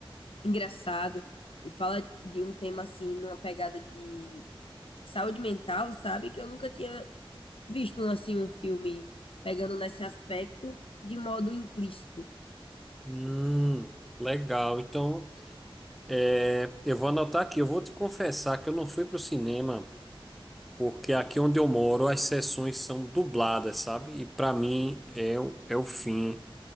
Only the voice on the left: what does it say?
engraçado. E fala de um tema, assim, numa pegada de saúde mental, sabe? Que eu nunca tinha visto, assim, um filme pegando nesse aspecto de modo implícito.